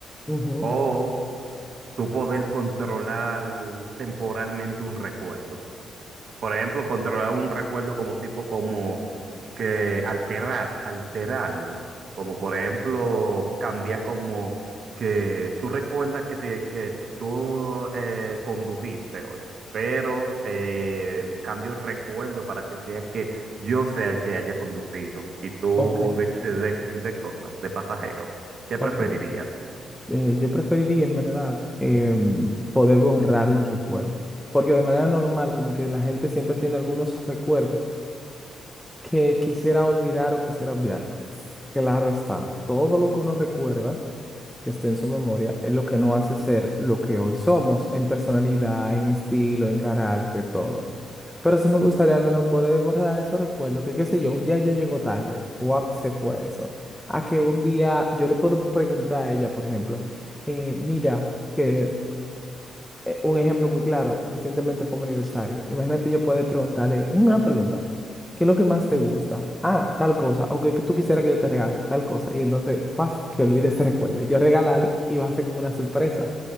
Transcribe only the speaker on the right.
o tú poder controlar temporalmente un recuerdo. Por ejemplo, controlar un recuerdo como tipo como que alterar, alterarlo. Como por ejemplo, cambiar como que tú recuerdas que, te- que tú eh, condujiste hoy, pero eh, cambio el recuerdo para que sea que yo sea el que haya conducido y tú
de, ch- de, de cosas, de pasajero. ¿Qué preferirías?